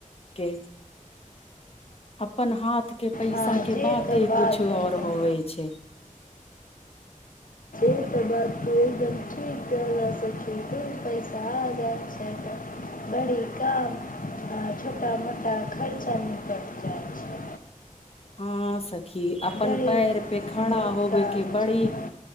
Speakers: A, on the left (about 45°); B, on the left (about 80°).
A: के अपन हाथ के पैसा
B: हां,
A: के
B: जे त
A: बाते
B: बात
A: कुछ और
B: एकदम
A: होवे छै
B: से तऽ बात तू एकदम ठीक कहलऽ सखी दू पैसा आ जाय छै ने तऽ बड़ी काम छोट मोटा खर्चा निकलि जाइत छै
A: ह सखी की अपन
B: बड़ी
A: पैर पे खड़ा
B: नीक
A: होबे
B: काम
A: के बड़ी
B: छै।